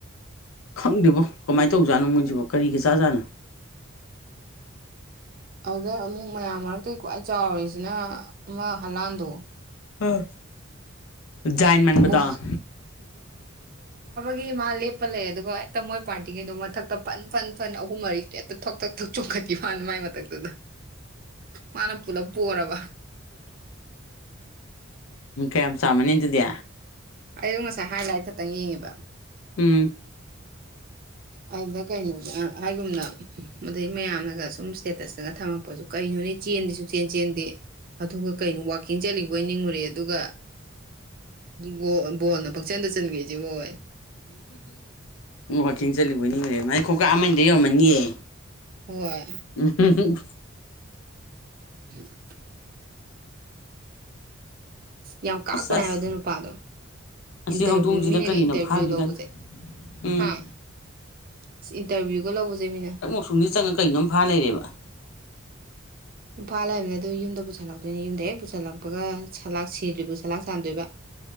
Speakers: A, on the left (about 85°); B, on the right (about 45°).
A: ꯈꯪꯗꯦꯕꯣ ꯀꯃꯥꯏ‌ ꯇꯧ ꯖꯥꯠꯅꯣ ꯃꯣꯏꯁꯤꯕꯣ ꯀꯔꯤꯒ ꯆꯥꯖꯥꯅꯣ
B: ꯑꯗꯨꯗ ꯑꯃꯨꯛ ꯃꯌꯥꯝ ꯃꯔꯛꯇꯒꯤ ꯈ꯭ꯋꯥꯏ ꯆꯥꯎꯔꯤꯁꯤꯅ ꯑꯃ ꯍꯂꯥꯟꯗꯣ
A: ꯎꯝ ꯖꯥꯏꯟ ꯃꯥꯟꯕꯗ‌ꯣ
B: ꯕꯣꯜ ꯒꯤ ꯃꯥ ꯂꯦꯞꯄ ꯂꯩꯌꯦ ꯑꯗꯨꯒ ꯍꯦꯛꯇ ꯃꯣꯏ ꯄꯥꯔꯇꯤꯒꯩꯗꯣ ꯃꯊꯛꯇ ꯐꯟ ꯐꯟ ꯐꯟ ꯑꯍꯨꯝ ꯃꯔꯤ ꯍꯦꯛꯇ ꯊꯛ ꯊꯛ ꯊꯛ ꯆꯣꯡꯈꯠꯈꯤꯕ ꯍꯅꯤ ꯃꯥꯏ ꯃꯊꯛꯇꯨꯗ ꯃꯥꯅ ꯄꯨꯂꯞ ꯄ‌ꯣꯔꯕ
A: ꯀꯌꯥꯝ ꯆꯥꯎꯔꯝꯃꯅꯤ ꯑꯗꯨꯗꯤ
B: ꯑꯩꯗꯣ ꯉꯁꯥꯏ ꯍꯥꯏꯂꯥꯏꯠ ꯈꯛꯇꯪ ꯌꯦꯡꯉꯦꯕ
A: ꯎꯝ
B: ꯑꯗꯨꯗ ꯀꯩꯅꯣꯅ ꯍꯥꯏꯒꯨꯝꯅ ꯃꯗꯩ ꯃꯌꯥꯝꯅꯒ ꯁꯨꯝ ꯏꯁꯇꯦꯇꯁꯇꯒ ꯊꯝꯃꯛꯄꯁꯨ ꯀꯩꯅꯣꯅꯤ ꯆꯦꯟꯗꯤꯁꯨ ꯆꯦꯟ ꯆꯦꯟꯗꯦ ꯑꯗꯨꯒ ꯀꯩꯅꯣ ꯋꯥꯛꯀꯤꯡ ꯆꯠꯂꯤꯕ‌ꯣꯏ ꯅꯤꯡꯉꯨꯔꯦ ꯑꯗꯨꯒ ꯕꯣꯜ ꯕꯣꯜꯅ ꯄꯛꯆꯟꯗ ꯆꯟꯒꯔꯤꯁꯤꯕꯣꯏꯌ‌ꯦ
A: ꯋꯥꯛꯀꯤꯡ ꯆꯠꯂꯤꯕ‌ꯣꯏ ꯅꯤꯡꯉꯨꯔ‌ꯦ ꯃꯥꯥꯏ ꯈꯣꯡꯀꯥꯝ ꯑꯃꯅꯤꯗ ꯌꯧꯔꯝꯃꯅꯤꯌꯦ
B: ꯍꯣꯏ
A: <unintelligible>
B: <unintelligible> ꯌꯥꯝ ꯀꯥꯛꯄꯅꯦ
A: ꯑꯁ
B: ꯍꯥꯏꯕ
A: ꯑꯁ
B: ꯑꯗꯨ ꯅꯨꯄꯥꯗꯣ
A: ꯑꯁꯤ
B: ꯏꯟꯇꯔꯚꯤꯌꯨ
A: ꯍꯧꯗꯣꯡꯁꯤꯅ
B: ꯃꯤꯅꯒ
A: ꯀꯔꯤꯅꯣ
B: ꯏꯟꯇꯔꯚꯤꯌꯨ
A: ꯐꯥꯗ꯭ꯔꯤ
B: ꯂꯧꯕꯁꯦ
A: ꯀꯥꯟꯅ ꯎꯝ
B: ꯍꯥꯥꯡ ꯏꯁ ꯏꯟꯇꯔꯚꯤꯌꯨꯒ ꯂꯧꯕꯁꯦ ꯃꯤꯅ
A: ꯊꯨꯟꯗꯩ ꯆꯪꯉꯒ ꯀꯩꯅꯣꯝ ꯐꯥ ꯂꯩꯔꯦꯕ
B: <inaudible> ꯐꯥ ꯂꯩꯕꯅꯦ ꯑꯗꯨ ꯌꯨꯝꯗ ꯄꯨꯁꯤꯜꯂꯛꯇ‌ꯣꯏꯅꯤ ꯌꯨꯝꯗ ꯍ‌ꯦꯛꯄꯨꯁꯤꯜꯂꯛꯄꯒ ꯁꯂꯥꯛ ꯁꯤꯗꯔꯤꯕꯨ ꯁꯂꯥꯛꯁꯥꯟꯗ‌ꯣꯏꯕ